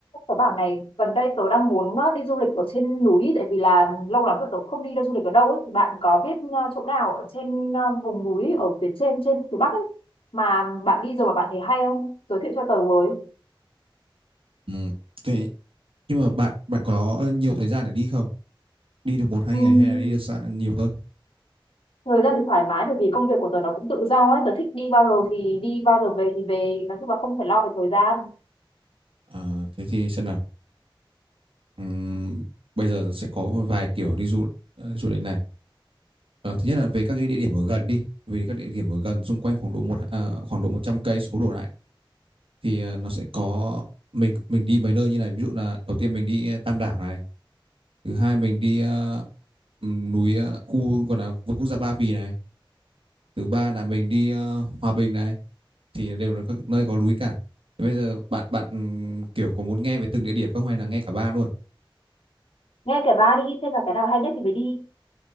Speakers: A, on the left; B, on the right.
A: Tớ bảo này gần đây tớ đang muốn ờ, đi du lịch ở trên núi tại vì là lâu lắm rồi tớ không đi đâu du lịch ở đâu ấy. Thì bạn có biết ờ, chỗ nào ở trên ờ, vùng núi ở phía trên trên phía Bắc ấy mà bạn đi rồi mà bạn thấy hay không? Giới thiệu cho tớ với.
B: Ừ. Thế nhưng mà bạn bạn có nhiều thời gian để đi không? Đi được một hai
A: Ừm,
B: ngày hay là đi được xa nhiều hơn?
A: thời gian thì thoải mái bởi vì công việc của tớ nó cũng tự do ấy, tớ thích đi bao giờ thì đi bao giờ về thì về, nói chung là không phải lo về thời gian.
B: À, thế thì xem nào. Ừm, bây giờ sẽ có vài kiểu đi du ờ, du lịch này. Ờ, thứ nhất là về các cái địa điểm ở gần đi. Về các địa điểm ở gần xung quanh khoảng độ một à, khoảng độ 100 cây số đổ lại thì ờ, nó sẽ có mình mình đi mấy nơi như này. Ví dụ là đầu tiên mình đi ờ, Tam Đảo này, thứ hai mình đi ờ, ừm, núi ờ, khu gọi là vườn quốc gia Ba Vì này, thứ ba là mình đi ờ, Hòa Bình này thì đều là các nơi có núi cả Thế bây giờ bạn bạn kiểu có muốn nghe về từng địa điểm không hay là nghe cả ba luôn
A: Nghe kể ba đi xem là cái nào hay nhất thì mới đi.